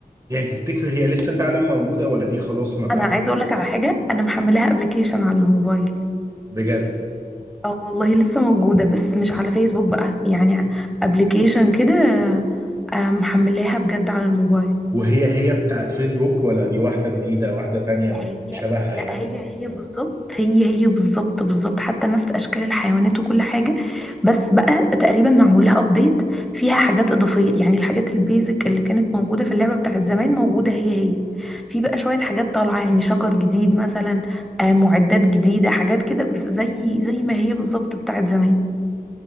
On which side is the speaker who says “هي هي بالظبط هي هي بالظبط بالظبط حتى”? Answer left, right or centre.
Centre